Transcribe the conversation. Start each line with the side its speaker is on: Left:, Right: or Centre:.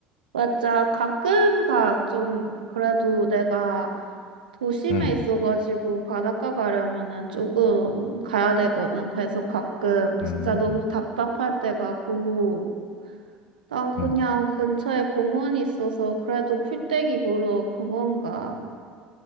Right: 맞아. 가끔가 좀, 그래도 내가 도심에
Left: 응,
Right: 있어가지고 바닷가 가려면은 조금 가야 되거든. 그래서 가끔
Left: 응,
Right: 진짜 너무 답답할 때 가고, 난 그냥
Left: 응.
Right: 근처에 공원이 있어서 그래도 풀떼기 보러 공원 가.